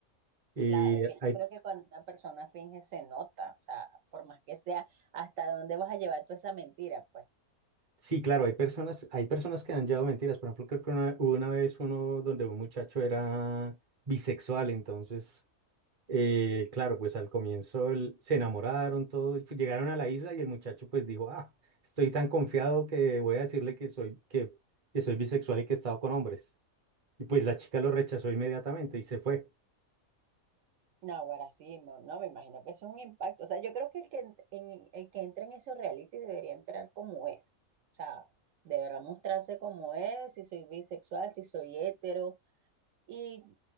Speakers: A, on the right; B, on the right.
A: y
B: claro, es que yo
A: hay,
B: creo que cuando una persona finge se nota, o sea, por más que sea, ¿hasta dónde vas a llevar tú esa mentira? Pues,
A: sí, claro, hay personas, hay personas que han llevado mentiras, por ejemplo, creo que una, hubo una vez uno donde un muchacho era bisexual, entonces, eh, claro, pues al comienzo el- se enamoraron, todo, y llegaron a la isla y el muchacho pues dijo, ah, estoy tan confiado que voy a decirle que soy, que, que soy bisexual y que he estado con hombres. Y pues la chica lo rechazó inmediatamente y se fue.
B: no, ahora sí, mo- no, me imagino que eso es un impacto, o sea, yo creo que el que, ent- en, el que entra en esos reality debería entrar como es, o sea, deberá mostrarse como es, si soy bisexual, si soy hetero, y